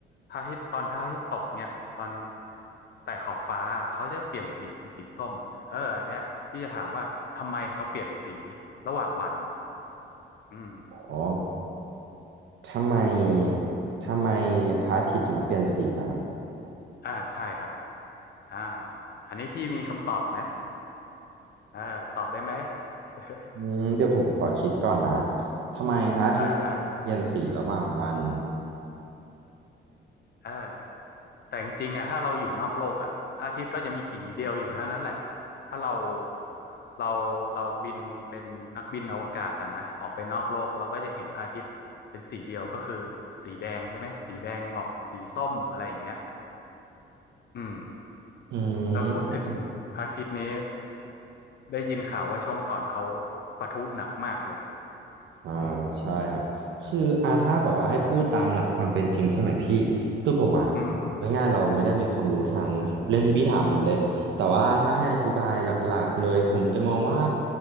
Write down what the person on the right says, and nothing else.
อ๋อทำไมทำไมพระอาทิตย์ถึงเปลี่ยนสีล่ะครับ
อืมเดี๋ยวผมขอคิดก่อนนะทำไมพระอาทิตย์ถึงเปลี่ยนสีระหว่างวัน
อืมโอเค
อ่า
ใช่ครับคืออ่าถ้าแบบว่าให้พูดตามหลักความเป็นจริงใช่ไหมพี่คือผมอะ
ง่ายๆเราไม่ได้มีความรู้ทางเรื่องที่พี่ถามผมเลยแต่ว่าถ้าให้อธิบายหลักๆเลยผมจะมองว่า